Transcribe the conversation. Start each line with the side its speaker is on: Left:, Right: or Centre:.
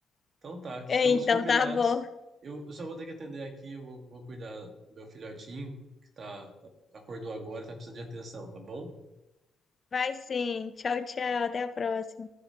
Right: Então tá,
Left: <laughs>
Right: estamos
Left: Então
Right: combinados.
Left: tá bom.
Right: Eu, eu só vou ter que atender aqui, eu vou, vou cuidar do meu filhotinho, que tá, tá- acordou agora e tá precisando de atenção, tá bom?
Left: Vai sim. Tchau, tchau. Até a próxima.